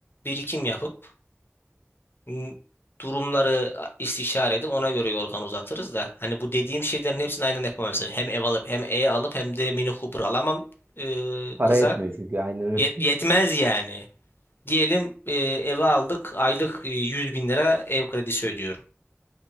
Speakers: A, on the left; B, on the right.
A: birikim yapıp m, durumları istişare edip ona göre yorgan uzatırız da. Hani bu dediğim şeylerin hepsini aynen yapamam mesela. Hem ev alıp hem E alıp hem de Mini Cooper alamam e,
B: Para
A: kıza.
B: yetmiyor çünkü aynen öyle.
A: Yet-
B: <laughs>
A: yetmez yani. Diyelim e, eve aldık aylık e, 100 bin lira ev kredisi ödüyorum.